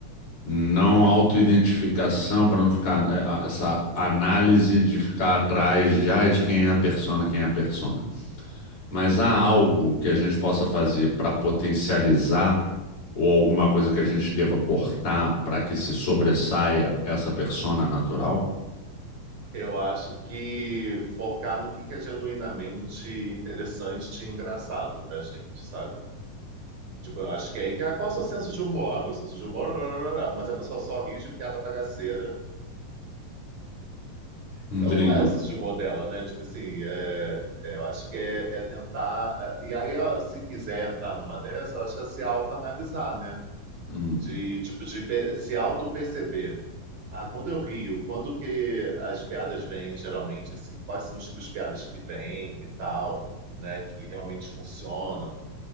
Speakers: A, on the left; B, on the right.
A: Não autoidentificação, para não ficar é, a- essa análise de ficar atrás de, ai, de quem é a persona, quem é a persona. Mas há algo que a gente possa fazer para potencializar ou alguma coisa que a gente deva cortar para que se sobressaia essa persona natural?
B: eu acho que focar no que que é genuinamente interessante e engraçado pra gente, sabe? Tipo, eu acho que é aí que. Ah, qual é o seu senso de humor? Ah, meu senso de humor. Mas a pessoa só ri de piada bagaceira.
A: Entendi.
B: Então, não é o senso de humor dela, né? Tipo assim, é- é, eu acho que é, é tentar. é, E aí, ó, se quiser entrar numa dessa, eu acho que é se autoanalisar, né?
A: Hum.
B: De, tipo, de pe- se auto-perceber. Ah, quando eu rio, quando que as piadas vêm, geralmente, assim, quais são os tipos de piadas que vêm e tal, né? Que realmente funcionam.